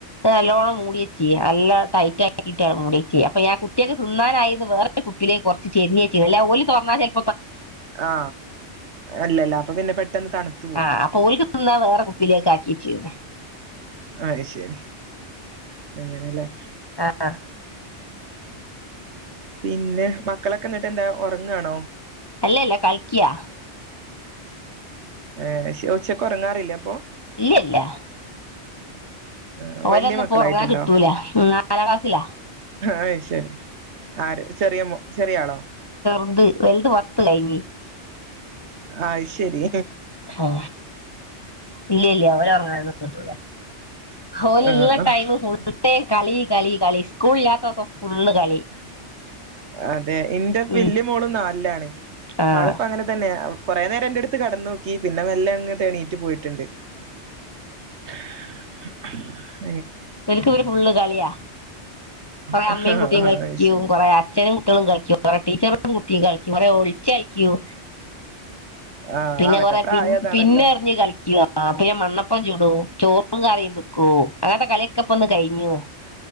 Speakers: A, on the left; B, on the right.
A: നല്ലോണം മൂടി വെച്ച് നല്ലോം ടൈറ്റ് ആക്കീട്ട് മൂടി വെച്ച് അപ്പൊ ഞാൻ കുട്ടികൾക്ക് തിന്നാൻ അയിന് വേറെ കുപ്പീലേക്ക് കുറച്ചു ചെരിഞ്ഞു വെച്ചീന് അല്ലാതെ ഓൾ തുറന്നാൽ ചിലപ്പോൾ
B: ആ ഇല്ല ഇല്ല അപ്പൊ പിന്നെ പെട്ടെന്ന് തണുക്കും
A: ആ അപ്പൊ ഓൾക്ക് തിന്നാൻ വേറെ കുപ്പി ലേക്ക് ആക്കി വെച്ചീന്
B: അത് ശരി അങ്ങനെ അല്ലെ
A: അ ആ
B: പിന്നെ മക്കളൊക്കെ എന്നിട്ട് എന്താ ഉറങ്ങണോ
A: അല്ല അല്ല കളിക്കാണ്
B: ഏ ശരി ഉച്ചക്ക് ഉറങ്ങാറില്ലേ അപ്പൊ
A: ഇല്ല ഇല്ല
B: ഏഹ്
A: ഓലെന്നും
B: വല്യ മക്കളായിട്ടുണ്ടോ
A: ഇപ്പൊ ഉറങ്ങാൻ കിട്ടൂല നാലാം ക്ലാസ്സിൽ ആണ്
B: അത് ശരി ആര് ചെറിയ ആളോ
A: ത് വലുത് പത്ത് കഴിഞ്ഞു
B: ആയ് ശെരി
A: ഹാ ഇല്ലൃ ഇല്ലൃ ഓര് ഒറങ്ങാണ്. പറ്റൂല ഹേല്ള്ള
B: ആഹ്
A: ടൈമ് ഫുൾടൈം കളി കളീ കളീച്ച് സ്കൂൾ ഇല്ലാത്തൂസം ഫുള്ള് കളി.
B: അതെ, ഇന്റെ ബല്യ
A: ഉം
B: മോള് നാൽലാണേ.
A: ആഹ്
B: ആള്പ്പങ്ങനെ തന്നെയാ കൊറെരം ഇന്നലെ എന്റെടുത്ത് കെടന്നേക്കി, പിന്നെ മെല്ലേങ്ങ്. തേ ണീറ്റ് പോയിട്ട്ണ്ട്. <inaudible>
A: വൽക്ക് ഒരു ഫുള്ള് കളിയാ. കുറെ
B: അത്
A: അമ്മയും, കുട്ടിയും കളിക്കും,
B: ശരി
A: കൊറെ അച്ഛനും കുട്ടൃളും കളിക്കും, കൊറെ ടീച്ചറും കുട്ടിയും കളിക്കും, കുറെ ഒളിച്ചളിക്കും,
B: ആ
A: പിന്നെ
B: അവരുടെ
A: കൊറെ
B: പ്രായം
A: പിൻ
B: അതാണല്ലോ
A: പിന്നെറിഞ്ഞ് കളിക്കൃ, പിന്നെ മണ്ണപ്പം ചുടും ചോറും കറിയും വെക്കും, അങ്ങനത്തെ കളി ത് കഴിഞ്ഞൂ.